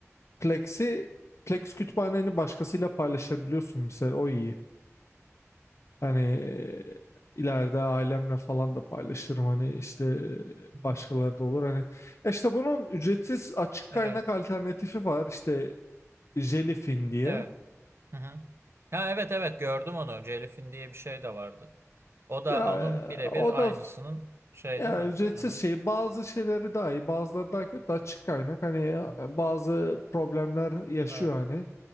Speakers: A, on the left; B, on the right.
A: Plex'i Plex kütüphaneni başkasıyla paylaşabiliyorsun mesela o iyi. Hani e, ileride ailemle falan da paylaşırım hani işte e,
B: Hı hı.
A: başkaları da olur hani. Ya işte bunun ücretsiz açık kaynak
B: Evet,
A: alternatifi var. işte. Jellyfin diye.
B: evet. Hı hı. Ha evet evet gördüm onu. Celif'in diye bir şey de vardı. O da
A: Ya
B: onun birebir
A: e, o da
B: aynısının
A: f-
B: şey
A: ya
B: değil mi?
A: ücretsiz
B: Hı hı.
A: şey bazı şeyleri daha iyi bazıları daha kötü açık kaynak hani
B: Hı hı.
A: e, bazı problemler yaşıyor
B: Evet.
A: hani